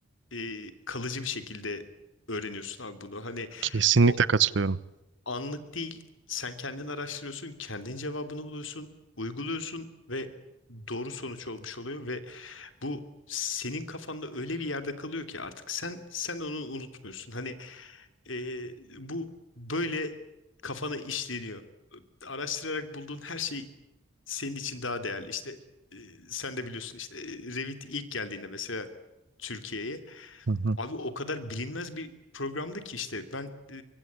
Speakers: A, on the left; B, on the right.
A: e, kalıcı bir şekilde öğreniyorsun abi bunu. Hani
B: Kesinlikle
A: o
B: katılıyorum.
A: anlık değil, sen kendin araştırıyorsun, kendin cevabını buluyorsun, uyguluyorsun ve doğru sonuç olmuş oluyor ve bu senin kafanda öyle bir yerde kalıyor ki artık sen sen onu unutmuyorsun. Hani e, bu böyle kafana işleniyor. Araştırarak bulduğun her şey senin için daha değerli. İşte e, sen de biliyorsun işte e, Revit ilk geldiğinde mesela Türkiye'ye
B: Hı hı.
A: abi o kadar bilinmez bir programdı ki işte ben e,